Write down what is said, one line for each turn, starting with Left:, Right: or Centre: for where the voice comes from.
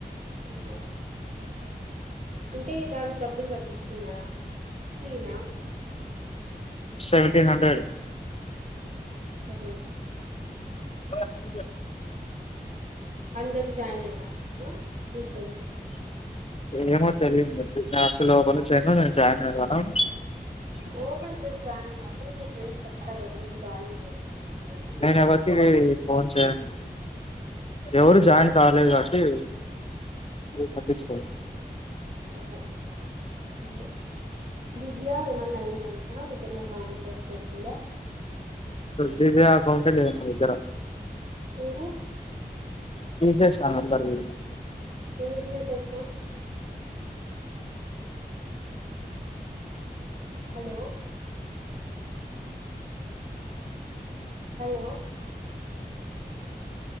Right: ఉహు అంటే దానికి డబ్బులు కట్టిచ్చుకున్నార ఫ్రీనా
Left: సెవెన్ంటీన్ హండ్రెడ్
Right: అదే
Left: ఆ <inaudible>
Right: అందరు జాయిన్ అయినార నా నీ ఫ్రెండ్స్
Left: ఏమో తెలిదు <unintelligible> నేను అసలు ఫోను చెయలా జాయన్ అవ్వడం
Right: ఓపెన్ చేసి <unintelligible> మీ ఫ్రెండ్స్ చెప్తారు కదా జాయిన్ అయిన గుడ
Left: నేను ఎవరికి ఫోన్ చేయను. ఎవరు జాయిన్ కాలేదు కాబట్టి నేన్ పట్టించుకోన్
Right: ఒబ్బో సరే దివ్యా ఏమన్నా అయిందా ఆ నీకేమన్నా మెసేజ్ చేస్తుందా
Left: దివ్వ అకౌంటే లేదు నా దగ్గర
Right: ఏమో
Left: తీసేసా అందర్ది.
Right: ఎందుకు తీసేస్నవ్ హలో హలో